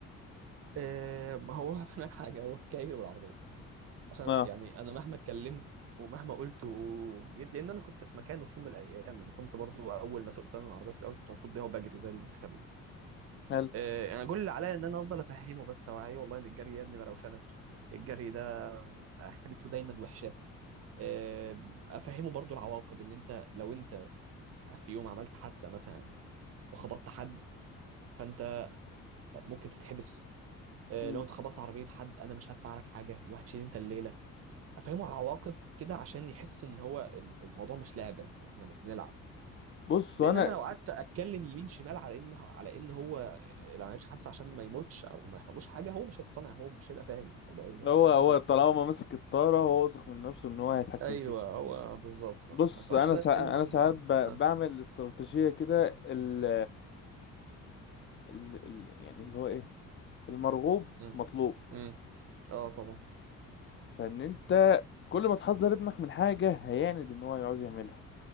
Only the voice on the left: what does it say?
اه
هل
مم.
بص
انا
هو
هو
طالما ماسك الطارة هو واثق من نفسه ان هو هيتحكم
فيه
بص
انا
سا...
انا
ساعات ب...
بعمل استراتيجية كده ال... ال... ال... يعني اللي هو ايه المرغوب
مطلوب
فان انت كل ما تحذر ابنك من حاجة هيعند ان هو يعوز يعملها